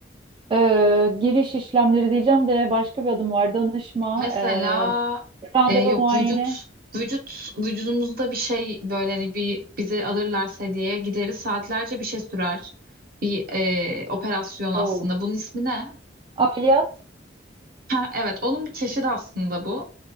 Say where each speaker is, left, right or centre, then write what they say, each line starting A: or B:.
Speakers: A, on the right (about 30°); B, on the right (about 50°).
A: Ee, giriş işlemleri diyeceğim de başka bir adım var. Danışma,
B: Mesela
A: ee, randevu
B: e, yok
A: muayene.
B: vücut vücut vücudumuzda bir şey böyle hani bir bizi alırlarsa hediyeye gideriz saatlerce bir şey sürer. Bir e, operasyon aslında.
A: Oo.
B: Bunun ismi ne?
A: Ameliyat.
B: Ha, evet onun bir çeşidi aslında bu.